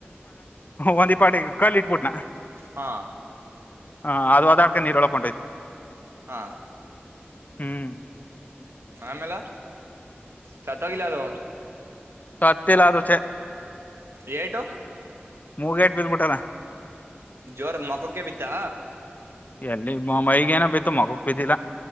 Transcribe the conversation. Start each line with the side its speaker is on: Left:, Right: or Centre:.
Left: ಒಂದಿಪಾಟಿಗೆ ಕಲ್ಲು ಇಟ್ಬುಟ್ನಾ
Right: ಹಾಂ
Left: ಹಾ ಅದು ಹಓದಾಡ್ಕ ನೀರ್ ಒಳಕೊಂಡಟಯ್ತು
Right: ಹಾ
Left: ಹ್ಮ್
Right: ಆಮೇಲ ಸತ್ತೋಗಿಲ್ಲ ಅದು
Left: ಸ ಅತಿಲ್ಲಾರು ಚ
Right: ಪಿಯಯಟೋ
Left: ಮೂಗೇಟ್ ಬಿದ್ದಬೀಟ್ಟಾನ್
Right: ಜೋರ್ ಮಕಕೆ ಬಿತ್ತಾ
Left: ಎಲ್ಲಿ ಮೈಗೆ ಏನ ಬಿತ್ತು ಮಕಕ್ ಬಿದ್ದಿಲ್ಲಾ.